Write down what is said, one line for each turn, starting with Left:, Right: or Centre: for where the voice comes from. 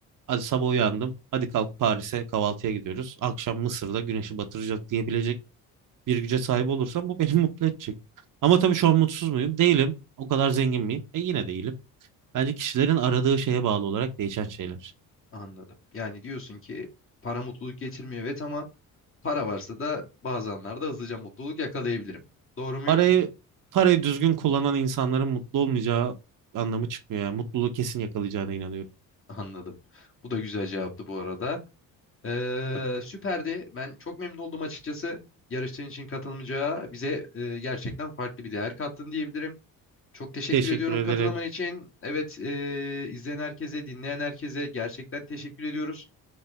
Right: Hadi sabah uyandım. Hadi kalk Paris'e kahvaltıya gidiyoruz. Akşam Mısır'da güneşi batıracak diyebilecek bir güce sahip olursam bu beni <laughs> mutlu edecek. Ama tabii şu an mutsuz muyum? Değilim. O kadar zengin miyim? E yine değilim. Bence kişilerin aradığı şeye bağlı olarak değişen şeyler.
Left: Anladım. Yani diyorsun ki para mutluluk getirmiyor evet ama para varsa da bazı anlarda hızlıca mutluluk yakalayabilirim. Doğru muyum?
Right: Parayı parayı düzgün kullanan insanların mutlu olmayacağı anlamı çıkmıyor. Yani mutluluğu kesin yakalayacağına inanıyorum.
Left: Anladım. Bu da güzel cevaptı bu arada. Ee, süperdi. Ben çok memnun oldum açıkçası. Yarıştığın için katılmayacağı bize e, gerçekten farklı bir değer kattın diyebilirim. Çok teşekkür
Right: Teşekkür
Left: ediyorum
Right: ederim.
Left: katılaman için. Evet, e, izleyen herkese, dinleyen herkese gerçekten teşekkür ediyoruz.